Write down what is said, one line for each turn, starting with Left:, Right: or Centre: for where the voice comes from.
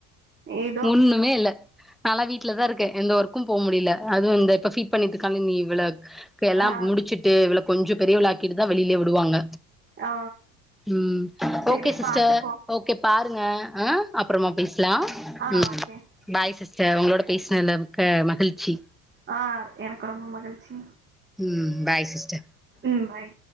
Right: ஏதோ
Centre: ஒண்ணுமே இல்ல நாலா வீட்லதா இருக்கே எந்த ஒர்க்கும் போ முடில அது இந்த இப்ப ஃபீட் பண்ணிட்டுருக்கானே இவள இப்ப எல்லா
Right: ஆ
Centre: முடிச்சுட்டு இவள கொஞ்சோ பெரியவளாக்கிட்டுதா வெளிலியே விடுவாங்க
Right: ஆ
Centre: ம்
Right: செரி
Centre: ஓகே சிஸ்டர்
Right: பாத்துக்குவோ
Centre: ஓக் கே பாருங்க ஆ அப்புறமா பேஸ்லாம்
Right: ஆ
Centre: ம்
Right: ஓகே
Centre: பாய் சி ஸ்டர் உங்ளோட பேஸ்னதுல மிக்க மகிழ்ச்சி
Right: ஆ எனக்கு ரொம்ப மகிழ்ச்சி
Centre: ம் பாய் சிஸ்
Right: ம் பாய்